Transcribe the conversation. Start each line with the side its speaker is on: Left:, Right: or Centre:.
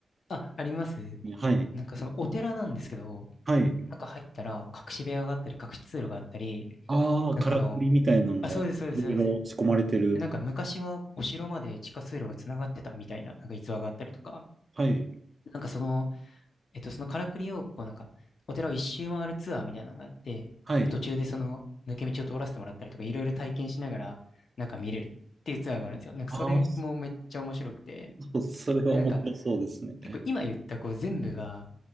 Left: あ、あります
Right: はい。
Left: なんかそのお寺なんですけど、
Right: はい。
Left: 中入ったら隠し部屋があったり、隠し通路があったり、
Right: ああ、
Left: なんかあの、
Right: からくりみたいなのが、
Left: あ、そうです、そうです、
Right: いろいろ仕込まれてる。
Left: そうです。で、なんか昔はお城まで地下通路が繋がってたみたいな、なんか逸話があったりとか、
Right: はい。
Left: なんかその、えっと、そのからくりを、こうなんか、お寺を一周回るツアーみたいなのがあって、
Right: はい。
Left: で、途中でその抜け道を通らせてもらったりとか、いろいろ体験しながら、なんか見れるっていうツアーがあるんですよ。なんかそれもめっちゃ面白くて、
Right: ああ、<laughs> それは面白そうですね。
Left: で、なんか結構今言ったこう全部が、